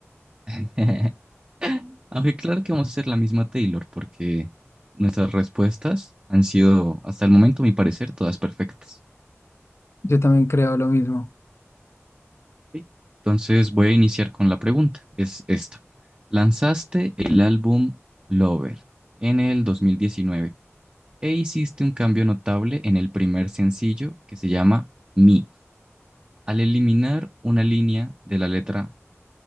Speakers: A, on the right; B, on the left.
A: <laughs> Aunque claro que vamos a hacer la misma Taylor, porque nuestras respuestas han sido, hasta el momento, a mi parecer, todas perfectas.
B: Yo también creo lo mismo.
A: ¿ok? Entonces voy a iniciar con la pregunta. Es esta. Lanzaste el álbum Lover en el 2019 e hiciste un cambio notable en el primer sencillo que se llama Me, al eliminar una línea de la letra